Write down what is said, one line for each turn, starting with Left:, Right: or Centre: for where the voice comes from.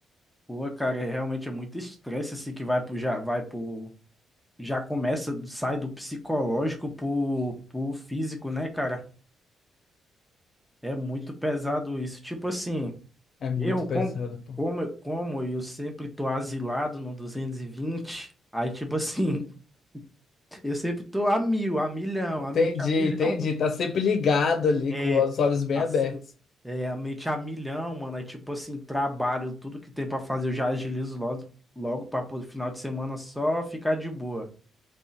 Centre: Pô, cara, é, realmente é muito estresse assim que vai pro, já, vai pro, já começa, sai do psicológico pro, pro físico, né, cara? É muito pesado isso. Tipo assim,
Left: É muito
Centre: eu, com,
Left: pesado, pô.
Centre: como, eu- como eu sempre tô asilado no 220 aí, tipo assim, <laughs> eu sempre tô a mil, a milhão,
Left: Entendi,
Centre: a mente a milhão.
Left: entendi.
Centre: <laughs>
Left: Tá sempre ligado ali
Centre: É,
Left: com os olhos bem
Centre: Assim,
Left: abertos.
Centre: é, a mente a milhão, mano. Aí, tipo assim, trabalho, tudo que tem pra fazer, eu já agilizo logo, logo pra pô, final de semana só ficar de boa,